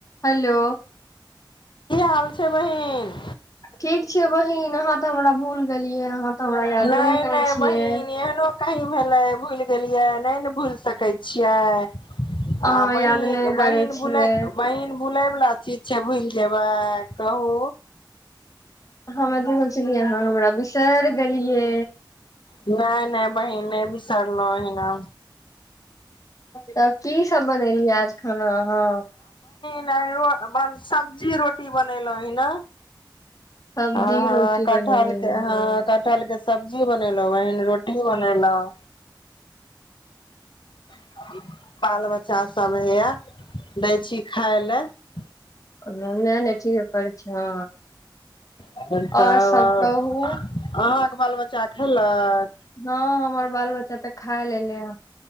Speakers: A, on the left; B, on the left.
A: Hello
B: की हाल छै बहिन
A: ठीक छै बहिन अहाँ तऽ हमरा भूल गेलियै अहाँ तऽ हमरा यादे
B: नहि
A: करै
B: नहि
A: छियै
B: बहिन एहनो कहीं भेलै भूलि गेलियै नहि ने भूलि सकै छियै आ
A: अहाँ याद
B: बहिन
A: नहि करै
B: बहिन
A: छियै
B: भुलै बहिन भुलै बला चीज छै भुलि जेबै कहू
A: हमे तऽ सोचलियै अहाँ हमरा बिसरि छियै
B: नहि नहि बहिन नहि बिसरलहु एहिना
A: तब कीसभ बनेलियै आज खाना अहाँ
B: सब्जी रोटी बनेलहु ही ने
A: सब्जी
B: हँ हँ
A: रोटी
B: कठहलके
A: बनेली नहि
B: हँ कठहलके स सब्जी बनेलहु बहिन रोटी बनेलहु <unintelligible> बाल बच्चा सभ हइए दै छी खाय लए
A: नहि नहि ठीके करै छियै
B: तब
A: आओर सभ कहू
B: अहाँके बाल बच्चा खेलक
A: हँ हमर बाल बच्चा तऽ खा लेलै हें